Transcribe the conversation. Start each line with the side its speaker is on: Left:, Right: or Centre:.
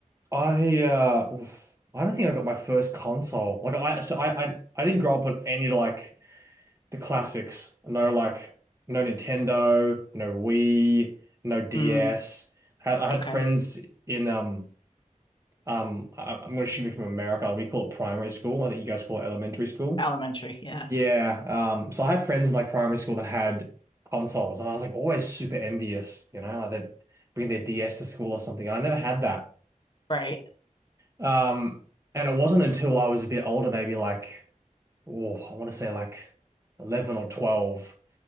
Right: I uh oof, I don't think I got my first console. Like I so I I, I didn't grow up on any like the classics. No like no Nintendo, no Wii, no DS.
Left: Mm,
Right: I had, I had
Left: okay.
Right: friends in um um I, I'm gonna assume you're from America. We call it primary school. I think you guys call it elementary school.
Left: Elementary. Yeah.
Right: Yeah. Um. So I had friends in like primary school that had consoles, and I was like always super envious. You know, like they'd bring their DS to school or something. I never had that.
Left: Right.
Right: Um. And it wasn't until I was a bit older, maybe like oh, I want to say like 11 or 12